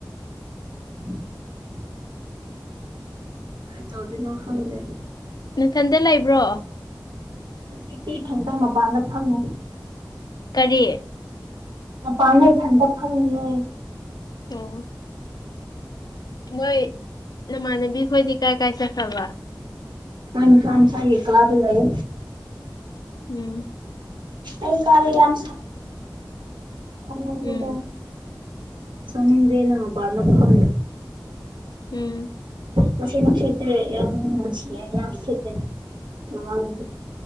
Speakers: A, on the right; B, on the left.
A: <inaudible> ꯀꯔꯤ ꯇꯧꯗꯣꯏꯅꯣ ꯈꯪꯗ꯭ꯔꯦ
B: ꯅꯊꯟꯗ ꯂꯩꯕ꯭ꯔꯣ
A: ꯍꯧꯖꯤꯛꯀꯤ ꯊꯟꯗꯥ ꯃꯄꯥꯟꯗ ꯐꯪꯃꯦ
B: ꯀꯔꯤ
A: ꯑ ꯄꯅ ꯏ ꯊꯟꯗꯞ ꯐꯅꯤꯌꯦ
B: ꯑꯣ ꯅꯣꯏ ꯅꯃꯥꯟꯅꯕꯤ ꯈꯣꯏꯗꯤ ꯀꯥꯏ ꯀꯥꯏ ꯆꯦ ꯊ꯭ꯔꯕ
A: ꯑꯪꯁꯥꯝꯁꯥ ꯌꯦ ꯀꯂꯥ ꯑꯗꯨ ꯂꯩ
B: ꯎꯝ
A: ꯑꯩ ꯀꯔꯤ ꯌꯥꯝ ꯌꯥꯝ ꯌꯥꯝ
B: ꯎꯝ
A: ꯁꯗ ꯁꯃꯗꯦ ꯅ ꯄꯂ ꯀ
B: ꯎꯝ
A: ꯃꯁ ꯁꯤꯠꯇ꯭ꯔꯦꯁꯤ ꯌꯥꯝꯁꯤꯦ